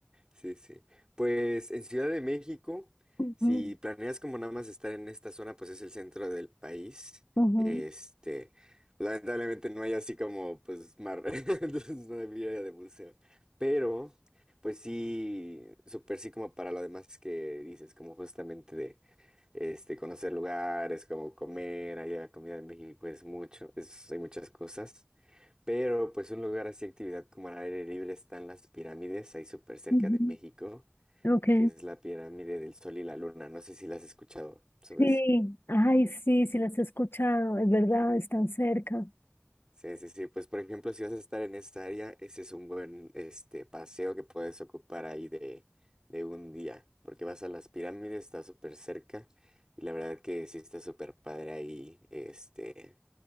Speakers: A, on the right; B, on the left.
A: Sí, sí. Pues en Ciudad de México,
B: Ujú,
A: si planeas como nada más estar en esta zona, pues es el centro del país.
B: ujú.
A: Este, lamentablemente no hay así como pues mar, <laughs> entonces no había de museo. Pero, pues sí, súper sí como para lo demás que dices, como justamente de este conocer lugares, como comer, allá la comida en México es mucho, es, hay muchas cosas. Pero pues un lugar así, actividad como al aire libre están las pirámides, ahí súper cerca
B: Ujú,
A: de México,
B: Ok,
A: que es la pirámide del Sol y la Luna. No sé si la has escuchado sobre
B: sí,
A: eso.
B: ay, sí, sí las he escuchado, es verdad, están cerca.
A: Sí, sí, sí. Pues por ejemplo, si vas a estar en esta área, ese es un buen este paseo que puedes ocupar ahí de, de un día, porque vas a las pirámides, está súper cerca, y la verdad que sí está súper padre ahí, este,